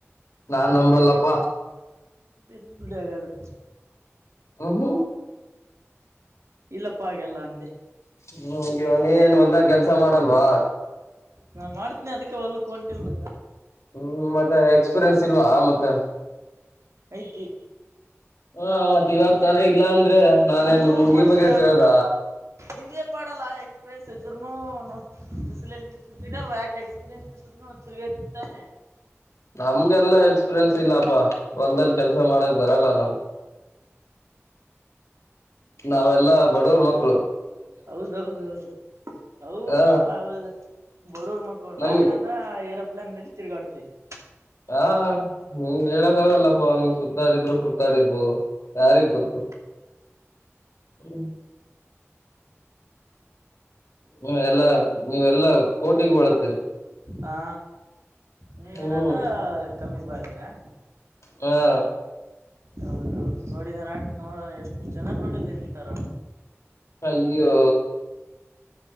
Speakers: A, on the left; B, on the right.
A: ನಾನ್ ನಂಬಲ್ಲಪ್ಪಾ
B: ಎಡ್ಳ್ಳ ಆಗದೆ
A: ಹ ಹ
B: ಇಲ್ಲಪ್ಪ ಹಾಗೆಲ್ಲ ಅಂದೆ
A: ಹ್ಮ ನೀೇನ್ ಒಂದ ಕೆಲ್ಸ ಮಾಡಲ್ವಾ
B: ನಾ ಮಾಡ್ತೀನಿ ಅದಕ್ಕೆ ಹೊಲ್ಕ್ ಹೊಂಟಿಲ್ವ ಈಗ
A: ಹ್ಮ್ ಮತ್ತೆ ಎ ಇಸೂರೆನ್ಸ್ ಇಲ್ವಾ ಮತ್ತೆ
B: ಯ್ತಿ
A: ಹಾ ಮತ್ೆ ಇವಾಗ ತಾನೇ ಇಲ್ಲ ಅಂದ್ರೆ ನಾನೇ
B: ಅಂದ್ರು
A: ನಿಮ್ ಹುಡ್ಗಿ
B: ಬಟ್
A: ಬಗ್ಗೆ ಕೇಳ್ದ
B: ನಿಮ್ಗೆ ಪಾಡಲ್ಲ ಎಕ್ಸ್ಪೀರಿಯನ್ಸ್ ಇದ ಇದ್ನು ಬಿಸಿಲಲ್ಲಿ ತಿರ್ಗಿದಲ್ ಯಾಕೆ ಎಕ್ಸ್ಪೀರಿಯನ್ಸ್ ಇದ್ರುನು ತಿರ್ಗಾ ಇತಿತ್ತಾನೆ
A: ನಮ್ಗೆಲ್ಲಾ ಎಕ್ಸ್ಪೀರಿಯನ್ಸ್ ಇಲ್ಲಪಾ ಒಲ್ಲ್ ಕೆಲ್ಸ ಮಾಡಕ್ ಬರಲ್ಲ ನಮ್ ನಾವೆಲ್ಲಾ ಬಡವರ್ ಮಕ್ಕಳು
B: ಹೌದೌದೌದು ಹೌದಪ್ಪ
A: ಹ
B: ಹೌದು ಬಡೂರ್ ಮಕ್ಕಳು
A: ನಮ್
B: ನಾವೇಏನಾದ ಏರೋಪ್ಲೇನ್ಲ್ಲಿ ತಿರ್ಗಾಡ್ತಿವಿ <unintelligible>
A: ಹಾ ನೀ್ ಹೇಳಕ್ ಆಾಗಲ್ಲಪ್ಪ ನೀ್ ಸುತ್ತಾಡಿದ್ರು ಸುತ್ತಾ ಆಡಿರ್ಬೋದು ಯಾರಿಿಗೆ
B: ಹ್ಮ್
A: ಗೊತ್ತು ಹ್ಮ ಹ್ಮ ಎಲ್ಲಾ ನೀವೆಲ್ಲಾ ಕೋಟಿಗ ಒಳತ್ತೀರಿ
B: ಹಾ ನೀವೇನಾದ
A: ಹ್ಮ್
B: ಕಮ್ಮಿ ಬತ್ರ್ರಾ
A: ಹಾ
B: ಹೌದು ನೋಡಿದನ್ ಆಾಕ ನೋಡೋಣ ಎಷ್ಟು ಜನ ನೋಡಿಲ್ ಇಂತಾರ
A: ಅಯ್ಯೋ